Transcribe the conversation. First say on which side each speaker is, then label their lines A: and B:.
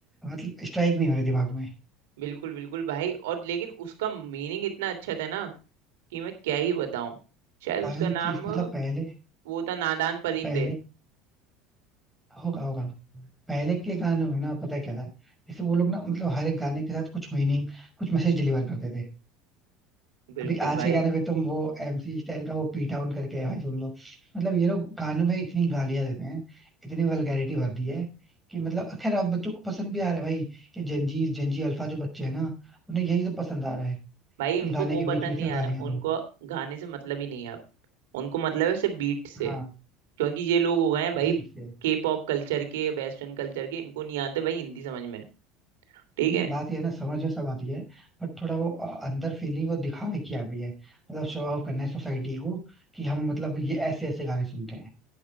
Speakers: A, in the centre; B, on the right.
A: मतलब स्ट्राइक नहीं हो रही दिमाग में
B: बिल्कुल बिल्कुल भाई और लेकिन उसका मीनिंग इतना अच्छा था ना कि मैं क्या ही बताऊं शायद
A: वही
B: उसका नाम
A: चीज मतलब पहले
B: वो था नादान परिंदे
A: पहले होगा होगा पहले के गानों में ना पता है क्या था जैसे वो लोग ना मतलब हर एक गाने के साथ कुछ मीनिंग कुछ मैसेज डिलीवर करते थे
B: बिल्कुल
A: अभी आज
B: भाई
A: के गाने पे तुम वो एमसी स्टैन का वो पी टाउन करके है भाई सुन लो मतलब ये लोग गानों में इतनी गालियां देते हैं इतनी वल्गैरिटी भर दी है कि मतलब खैर अब बच्चों को पसंद भी आ रहा है भाई ये जेंजी जेंजी अल्फा जो बच्चे हैं ना उन्हें यही सब पसंद आ रहा है
B: भाई
A: कि
B: उनको
A: गाने
B: वो
A: के
B: पसंद
A: बीच बीच
B: नहीं
A: में
B: आ
A: गालियां
B: रहा उनको
A: दो
B: गाने से मतलब ही नहीं है अब उनको मतलब है सिर्फ बीट से
A: हाँ
B: क्योंकि ये लोग हो गए हैं भाई
A: बीट से
B: के पॉप कल्चर के वेस्टर्न कल्चर के इनको नहीं आते भाई हिंदी समझ में ठीक
A: नहीं
B: है
A: बात ये है ना समझ में सब आती है पर थोड़ा वो अ, अंदर फीलिंग वो दिखावे की आ गई है मतलब शो ऑफ करना है सोसाइटी को कि हम मतलब ये ऐसे ऐसे गाने सुनते हैं